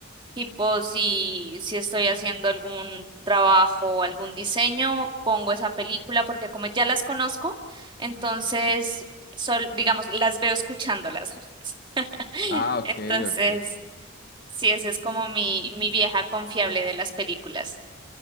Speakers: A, on the right (about 25°); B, on the left (about 50°).
A: Tipo, si, si estoy haciendo algún trabajo o algún diseño, pongo esa película porque como ya las conozco, entonces, sol- digamos, las veo escuchándolas. <laughs>
B: Ah, ok,
A: Entonces,
B: ok.
A: sí, esa es como mi, mi vieja confiable de las películas.